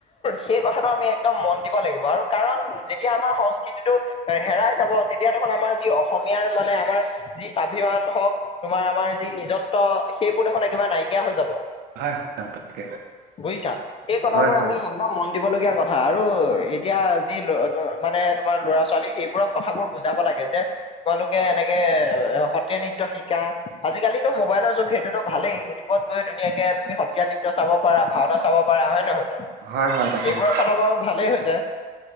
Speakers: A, on the left; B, on the right.
A: সেই কথাটো আমি একদম মন দিব লাগিব আৰু কাৰণ যেতিয়া আমাৰ সংস্কৃতি, সংকৃতিটো হেৰাই যাব তেতিয়া দেখোন আমাৰ যি অসমীয়াৰ মানে আমাৰ, যি স্বাভিমান হওক, তোমাৰ আমাৰ যি নিজত্ব সেইবোৰ দেখোন একেবাৰে নাই কিয়া হৈ যাব
B: হয়, হয়, অ', তাকে,
A: বুজিছা! সেই কথাবোৰ
B: হয়, হয়,
A: আমি, একদম মন দিব লগীয়া কথা আৰু এতিয়া যি মানে তোমাৰ ল'ৰা ছোৱালী সেইবোৰক কথাবোৰ, বুজাব লাগে যে, তোমালোকে এনেকে এ সত্ৰীয়া নৃত্য শিকা! আজিকালিতো মোবাইলৰ যুগ সেইটোতো ভালেই গতি, ত গৈ ধুনীয়াকে তুমি সত্ৰীয়া নৃত্য চাব পাৰা ভাওনা চাব পাৰা! হয় নহয় বাৰু?
B: হয়, হয়, তাকেহে,
A: এইবোৰৰ ফালৰপৰাও ভালেই হৈছে।